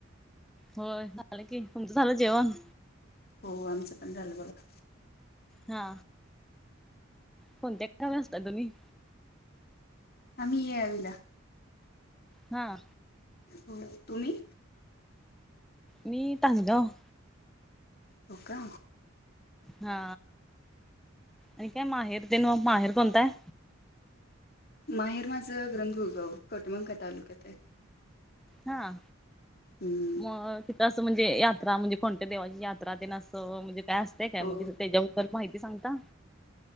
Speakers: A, in the centre; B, on the left (about 50°).
A: होय झालं की तुमचं झालं जेवण
B: हो आमचं पण झालं बघा
A: हा कोणत्याक् असता तुम्ही
B: आम्ही ये यावी ला
A: हा
B: हो तुम्ही
A: मी तासगाव
B: हो का?
A: हा आणि काय माहेर देन माहेर कोणता हाय?
B: माहेर माझं ग्रंथभूळगाव कटमंका तालुक्यात आहे.
A: हा
B: हम्म
A: मग तिथं असं म्हणजे यात्रा म्हणजे कोणत्या देवाची यात्रा ते असं म्हणजे काय असतेय काय
B: हो
A: म्हणजे त्याच्याबद्दल. माहिती सांगता.